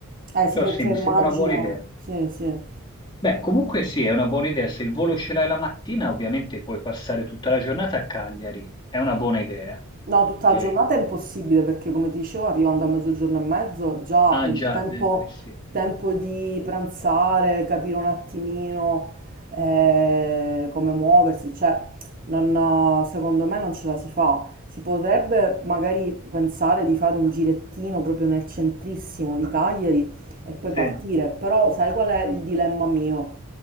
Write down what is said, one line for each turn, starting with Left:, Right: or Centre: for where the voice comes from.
Right: Eh
Left: Perciò
Right: sì, perché
Left: sì, mi
Right: immagino.
Left: sembra una buona idea.
Right: Sì, sì.
Left: Beh, comunque sì, è una buona idea, se il volo ce l'hai la mattina, ovviamente puoi passare tutta la giornata a Cagliari, è una buona idea.
Right: No, tutta
Left: E-
Right: la giornata è impossibile perché, come ti dicevo, arrivando a mezzogiorno e mezzo, già
Left: ah
Right: il
Left: già,
Right: tempo,
Left: eh, eh, sì.
Right: tempo di pranzare, capire un attimino eh, come muoversi, cioè, non- secondo me non ce la si fa. Si potrebbe magari pensare di fare un girettino proprio nel centrissimo di Cagliari e poi
Left: Sì,
Right: partire, però sai qual è il dilemma mio?